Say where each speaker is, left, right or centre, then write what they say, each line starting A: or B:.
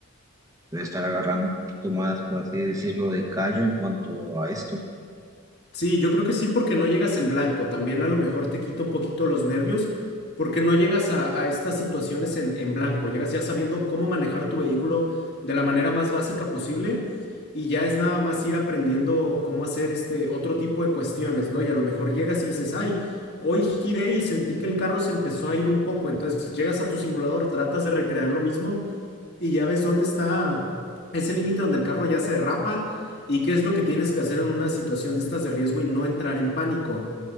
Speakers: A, on the right (about 15°); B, on the left (about 45°).
A: Debe estar agarrando un poquito más, por así decirlo, de callo en cuanto a esto.
B: Sí, yo creo que sí, porque no llegas en blanco. También a lo mejor te quita un poquito los nervios, porque no llegas a, a estas situaciones en, en blanco. Llegas ya sabiendo cómo manejar tu vehículo de la manera más básica posible y ya es nada más ir aprendiendo cómo hacer este otro tipo de cuestiones, ¿no? Y a lo mejor llegas y dices, ay, hoy giré y sentí que el carro se empezó a ir un poco. Entonces llegas a tu simulador, tratas de recrear lo mismo y ya ves dónde está ese límite donde el carro ya se derrapa y qué es lo que tienes que hacer en una situación de estas de riesgo y no entrar en pánico.